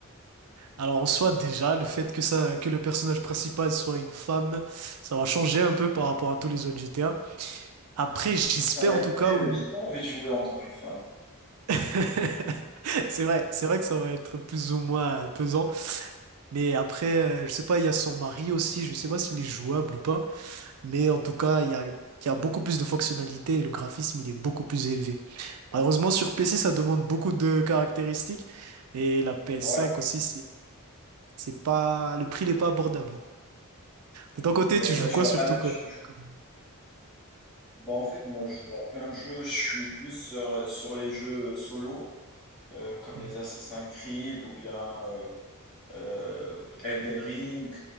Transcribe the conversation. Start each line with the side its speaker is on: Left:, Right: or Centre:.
Right: Alors en soi déjà le fait que ça que le personnage principal soit une femme ça va changer un peu par rapport à tous les autres GTA. Après j'espère
Left: Mais ça va être
Right: en tout
Left: nul,
Right: cas au,
Left: j'ai pas envie de jouer en tant qu'une femme.
Right: <laughs> C'est vrai, c'est vrai que ça va être plus ou moins euh, pesant. Mais après, euh, je sais pas, il y a son mari aussi, je sais pas s'il est jouable ou pas. Mais en tout cas, il y a, il y a beaucoup plus de fonctionnalités et le graphisme, il est beaucoup plus élevé. Malheureusement, sur PC, ça demande beaucoup de caractéristiques. Et la PS5
Left: Ouais.
Right: aussi, c'est, c'est pas, le prix n'est pas abordable. De ton côté,
Left: Et
Right: tu
Left: toi,
Right: joues
Left: tu
Right: quoi
Left: vas
Right: surtout
Left: pas là. Tu...
Right: comme,
Left: tu-
Right: euh, comme...
Left: Bah, en fait, moi, je joue à plein de jeux. Je suis plus sur, euh, sur les jeux solo, euh, comme
Right: Mhm,
Left: les Assassin's Creed ou bien euh, euh, Elden Ring,